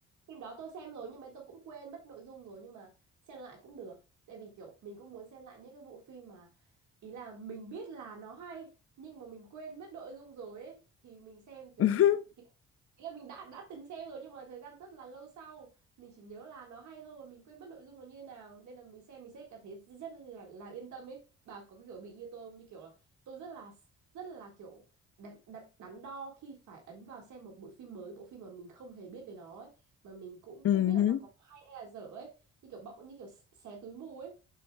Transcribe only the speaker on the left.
<laughs>
ừ
hứ.